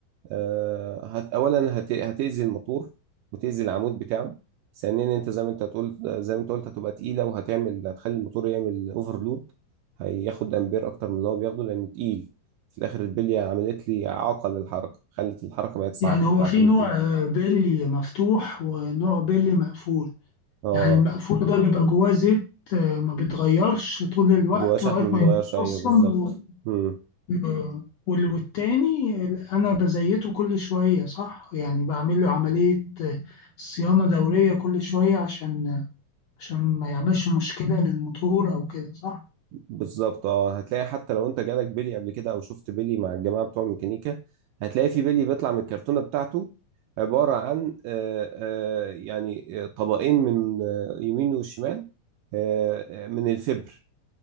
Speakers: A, on the right; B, on the left.
A: آه، هت اولا هت... هتأذي الموتور وتأذي العمود بتاعه ثانيا انت زي ما انت تقول زي ما انت قلت هتبقى تقيله وهتعمل هتخلي الموتور يعمل اوفرلود هياخد امبير اكتر من اللي هو بياخده لان تقيل في الاخر البليه عملت لي اعاقه للحركه خلت الحركه بقت صعبه
B: يعني هو
A: بتاعه
B: في
A: الموتور
B: نوع آه، بيلي مفتوح ونوع بيلي مقفول
A: اه
B: يعني المقفول ده بيبقى جواه زيت آه، ما بيتغيرش طول الوقت
A: جواه
B: لغاية
A: شحم
B: ما
A: متغير
B: يبوظ
A: ايوه
B: أصلا
A: بالظبط
B: و-
A: مم.
B: آه، وال- والتاني أنا بزيته كل شوية صح يعني بعمل له عملية آه، صيانة دورية كل شوية عشان عشان ما يعملش مشكلة للموتور أو كده صح
A: بالظبط اه هتلاقي حتى لو انت جالك بيلي قبل كده او شفت بيلي مع الجماعه بتوع الميكانيكا هتلاقي في بيلي بيطلع من الكرتونه بتاعته عباره عن آه، آه، يعني آه، طبقين من آه، يمين وشمال آه، آه، من الفبر